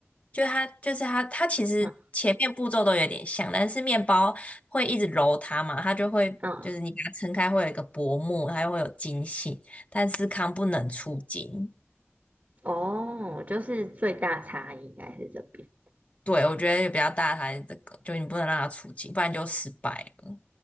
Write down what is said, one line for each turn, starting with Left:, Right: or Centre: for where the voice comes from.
Left: 就它就是它，它其实前面步骤都有点像，
Right: 嗯
Left: 但是面包会一直揉它嘛，它就会就是你把它撑开会有一个薄膜，
Right: 嗯，
Left: 它又会有筋性，但司康不能出筋。
Right: 哦，就是最大差异应该是这边。
Left: 对，我觉得比较大的还是这个，就你不能让它出筋，不然就失败了。